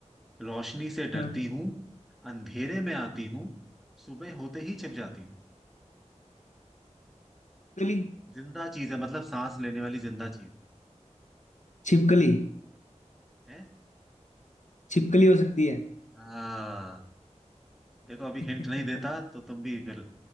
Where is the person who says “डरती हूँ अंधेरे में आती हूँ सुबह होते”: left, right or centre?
Centre